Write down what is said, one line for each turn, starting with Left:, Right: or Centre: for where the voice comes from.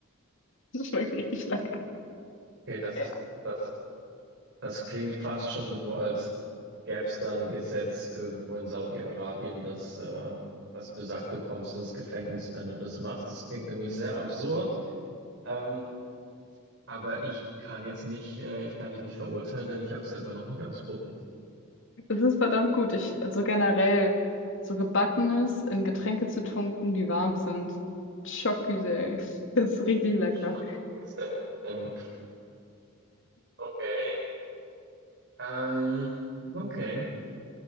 Left: Das schmeckt richtig lecker.
Right: Okay, das
Left: Ja.
Right: ist, das ist, das klingt fast schon so, als gäbe es da ein Gesetz irgendwo in Saudi-Arabien, das, äh, das besagt, du kommst ins Gefängnis, wenn du das machst. Das klingt nämlich sehr absurd. Ähm, aber ich kann jetzt nicht, äh, ich kann dich nicht verurteilen, denn ich habe es selber noch nicht ausprobiert.
Left: Es ist verdammt gut. Ich, also generell, so Gebackenes in Getränke zu tunken, die warm sind. Schockgüsel. <laughs> Das ist richtig lecker.
Right: Schockgesell. Ähm, Okay. Ähm, okay.